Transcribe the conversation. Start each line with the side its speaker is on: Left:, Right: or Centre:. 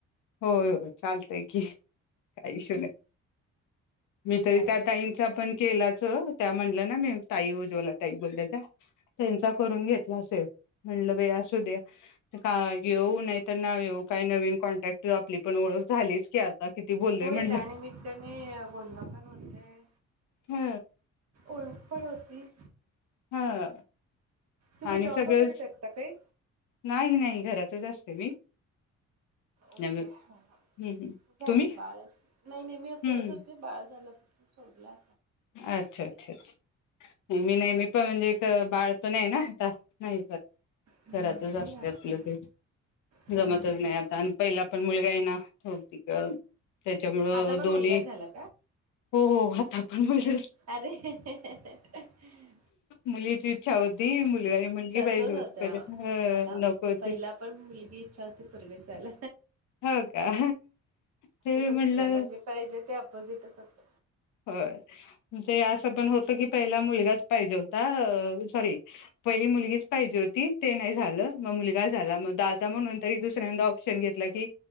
Left: होय, होय हो चालतय की काही इशू नाही. मी तरी
Right: आणखीन
Left: त्या ताईचा, पण केलाचं ओ त्या म्हणल्या ना मी ताई, उज्ज्वला ताई, बोलल्या. <inaudible> तेंचा करून घेतला असेल म्हणल व्हय असूदया का येवो, नाहीत ना येवो काय नवीन कॉन्टॅक्ट. त आपली पण ओळख झालीच की आता किती बोललोय
Right: होय
Left: म्हणलं
Right: त्या निमित्ताने बोलण पण होतय,
Left: ह
Right: ओळख पण होती.
Left: हं!
Right: तुम्ही
Left: आणि
Right: जॉब
Left: सगळचं
Right: वगैरे करता काय
Left: नाही, नाही घरात. <unintelligible> मी
Right: ओके
Left: हम्म
Right: हा हा
Left: हम्म
Right: जाते
Left: तुम्ही
Right: बाळ नाही नाही मी
Left: हम्म
Right: करत होते बाळ झाल्या सोडला
Left: अच्छा अच्छा मी नाही मी त म्हणजे त बाळ पण आहे ना आता नाही करत
Right: हम्म
Left: घरातच
Right: नाही
Left: असते
Right: आता
Left: आपलं आपलं
Right: हम्म
Left: जमतच नाही आता आणि पहिला पण मुलगा हे नांव ठेवती ग त्याच्यामुळं
Right: आता पण
Left: दोन्ही
Right: मुलगाच झाला
Left: हो हो हाता <unintelligible>
Right: आरे <unintelligible>
Left: मुलीची इच्छा होती मुलगा आणि मुलगी
Right: तसच
Left: पाहिजे होती
Right: होत्या
Left: पहिले
Right: मला
Left: नको होती
Right: पहिला पण मुलगी इच्छा होती पोरगीच झाल
Left: हो का? ते
Right: होतं
Left: म्हटलं
Right: त्याला पाहिजे जे ते अपोजिटच असत
Left: व्हय ते आसं पण होत की पहिला मुलगाच पाहिजे होता अ सॉरी पहिली मुलगीच पाहिजे होती ते नाही झालं म मुलगा झाला मग दादा म्हणून तरी दुसऱ्यांदा ऑप्शन घेतला की